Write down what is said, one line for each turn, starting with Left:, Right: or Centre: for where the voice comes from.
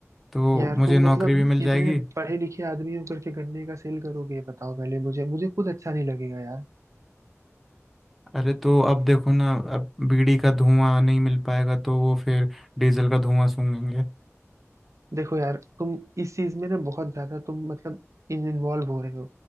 Centre: तो
Right: यार
Centre: मुझे
Right: तुम
Centre: नौकरी
Right: मतलब
Centre: भी मिल जाएगी
Right: इतने पढ़े लिखे आदमी होकर के गन्ने का सेल करोगे ये बताओ पहले मुझे मुझे खुद अच्छा नहीं लगेगा यार
Centre: अरे तो अब देखो ना अब बीड़ी का धुआं नहीं मिल पाएगा तो वो फिर डीजल का धुआं सूंघेंगे
Right: देखो यार तुम इस चीज में ना बहुत ज्यादा तुम मतलब इन इन्वॉल्व हो रहे हो